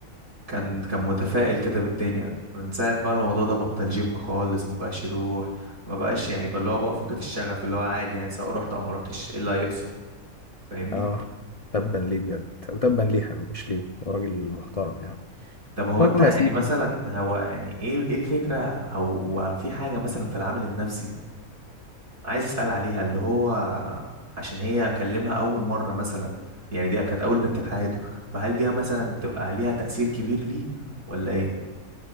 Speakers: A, on the right; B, on the left.
A: كان كان متفائل كده بالدنيا من ساعة بقى الموضوع ده بطل جيم خالص ما بقاش يروح ما بقاش يعني بقى اللي هو بقى فقد الشغف اللي هو عادي يعني سواء رحت او ما رحتش ايه اللي هيحصل فاهمني
B: اه تبا ليه بجد او تبا ليها مش ليه هو راجل محترم يعني
A: طب هو
B: المهم
A: انت يعني
B: يا سيدي
A: مثلا هو يعني ايه ايه الفكرة هو في حاجة مثلا في العامل النفسي عايز اسأل عليها اللي هو عشان هي اكلمها اول مرة مثلا يعني دي كانت اول بنت في حياته فهل دي مثلا تبقى ليها تأثير كبير ليه ولا ايه